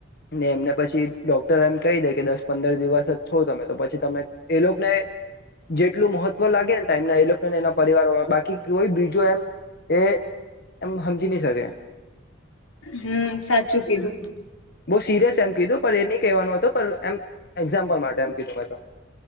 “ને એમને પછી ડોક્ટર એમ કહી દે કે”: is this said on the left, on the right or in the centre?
Left